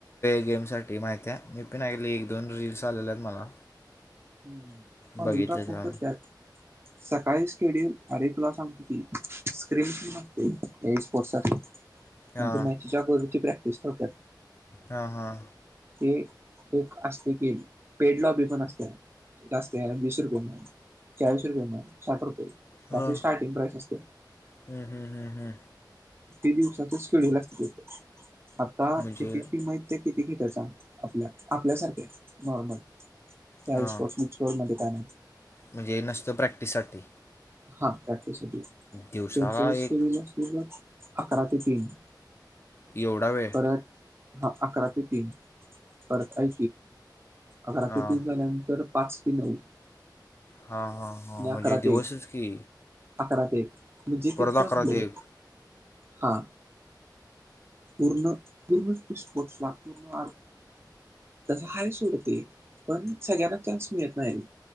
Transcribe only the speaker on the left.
गेम साठी माहिती आहे मी पण आली एक दोन रीलल्स आलेले आहेत मला
बघितले
तेव्हा
मी
हां
हां हां
हा
हम्म हम् हम्म हम्
म्हणजे
हां
म्हणजे नसतं प्रॅक्टिससाठी
दिवसाला
एक
एवढा वेळ
हां
हा हा
हा म्हणजे
दिवसच
की
परत
अकरा
ते एक